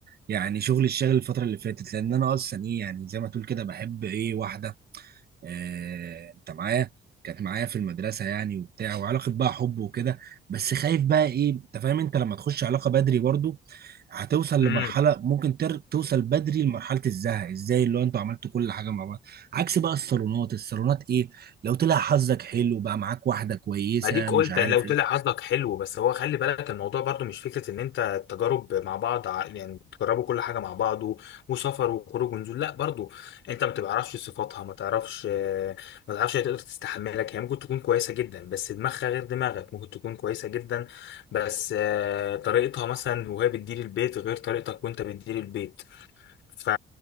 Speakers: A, on the right; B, on the left.
A: يعني شغل الشغل الفترة اللي فاتت لأن أنا أصلا إيه يعني زي ما تقول كده بحب إيه واحدة آه أنت معايا كانت معايا في المدرسة يعني وبتاع وعلاقة بقى حب وكده بس خايف بقى إيه أنت فاهم أنت لما تخش علاقة بدري برضو هتوصل
B: امم
A: لمرحلة ممكن تر... توصل بدري لمرحلة الزهق ازاي اللي هو انتوا عملتوا كل حاجة مع بعض عكس بقى الصالونات الصالونات ايه لو طلع حظك حلو بقى معاك واحدة كويسة
B: ما ديك
A: مش
B: قلت
A: عارف
B: لو
A: ايه
B: طلع حظك حلو بس هو خلي بالك الموضوع برضو مش فكره ان انت التجارب مع بعض ع- يعني تجربوا كل حاجه مع بعض و- وسفر وخروج ونزول لا برضو انت ما بتعرفش صفاتها ما تعرفش ما تعرفش هي تقدر تستحملك هي ممكن تكون كويسه جدا بس دماغها غير دماغك ممكن تكون كويسه جدا بس آه، طريقتها مثلا وهي بتدير البيت غير طريقتك وانت بتدير البيت ف...